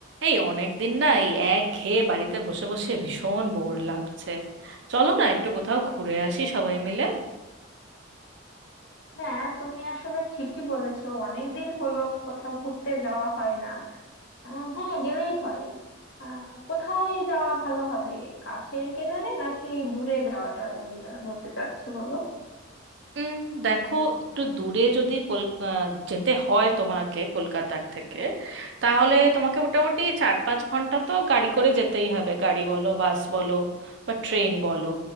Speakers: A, on the right; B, on the left.
A: এই অনেকদিন না এই একঘেয়ে বাড়িতে বসে বসে ভীষণ বোর লাগছে চলো না একটু কোথাও ঘুরে আসি সবাই মিলে
B: হ্যাঁ তুমি আসলে ঠিকই বলেছো অনেকদিন হলো কোথাও ঘুরতে যাওয়া হয় না আহ, হ্যাঁ গেলেই হয় আহ, কোথায় যাওয়া ভালো হবে কাছের কিনারে নাকি দূরে যাওয়াটা তুমি আহ, বলতে চাচ্ছো বলো
A: উম, দেখো একটু দূরে যদি কল আহ, যেতে হয় তোমাকে কলকাতার থেকে তাহলে তোমাকে মোটামুটি চার পাঁচ ঘন্টা তো গাড়ি করে যেতেই হবে গাড়ি বলো বাস বলো বা ট্রেন বলো